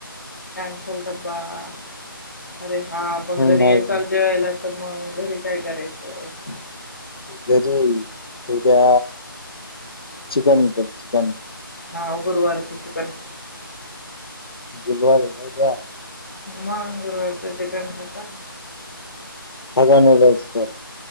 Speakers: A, on the left; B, on the left.
A: काय स्वयंपाक झालाडब्बा अरे हा पण घरी
B: नाही
A: ये चल जेवायला. तर मग घरी काय करायचं-
B: घरी ऊद्या चिकन तर चिकन-.
A: हा गुरवारच चिकन -
B: गुरवार ये काय उद्या-
A: मा गुरुवारच चिकन खाता-
B: खाल् ल नाहीच तर-